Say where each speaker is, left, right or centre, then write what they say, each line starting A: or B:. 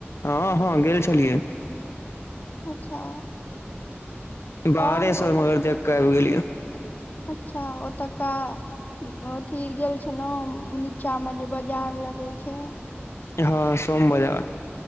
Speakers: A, on the left (about 75°); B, on the left (about 40°).
A: ह ह गेल छलियै
B: अच्छा
A: बाहरेसँ
B: और ओत
A: मगर देखकऽ आइब गेलियै
B: अच्छा ओतऽका अथी गेल छलौ नीचा मे जे बाजार लगे छैय
A: हाँ सोम बजार